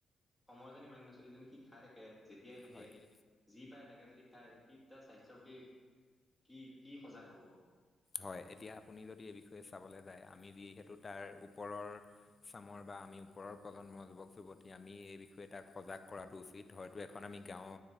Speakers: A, in the centre; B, on the left.
A: সময় জনী মানে ছোৱালীজনী সি খাই থাকে যেতিয়াই তেতিয়াই
B: হয়
A: যি পাই তাকে যদি খাই সি তাৰ স্বাস্থ্যৰ প্ৰতি কি কি সজাগ হ'ব বাৰু।
B: হয় এতিয়া আপুনি যদি এই বিষয়ে চাবলৈ য আমি যিহেতু তাৰ ওপৰৰ চামৰ বা আমি ওপৰৰ প্ৰজন্মৰ যুৱক-যুৱতী আমি এই বিষয়ে তাক সজাগ কৰাতটো উচিত হয়তো এখন আমি গাঁও